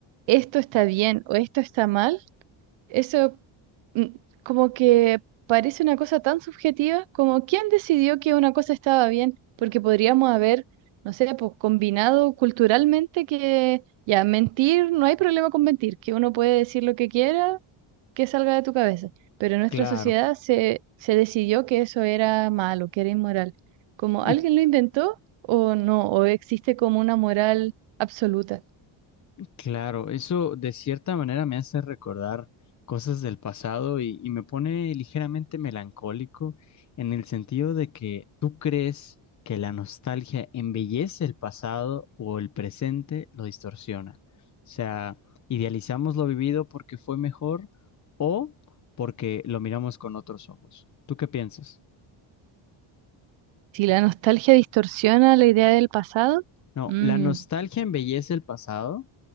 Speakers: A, on the right (about 70°); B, on the left (about 35°).
A: esto está bien o esto está mal, eso mm, como que parece una cosa tan subjetiva como quién decidió que una cosa estaba bien, porque podríamos haber, no sé, pues combinado culturalmente que ya mentir, no hay problema con mentir, que uno puede decir lo que quiera, que salga de tu cabeza, pero en
B: claro,
A: nuestra sociedad se, se decidió que eso era malo, que era inmoral. Como
B: y
A: alguien lo inventó o no, o existe como una moral absoluta.
B: claro, eso de cierta manera me hace recordar cosas del pasado y, y me pone ligeramente melancólico en el sentido de que tú crees que la nostalgia embellece el pasado o el presente lo distorsiona. O sea, idealizamos lo vivido porque fue mejor o porque lo miramos con otros ojos. ¿Tú qué piensas?
A: Si la nostalgia distorsiona la idea del pasado,
B: No,
A: mm,
B: la nostalgia embellece el pasado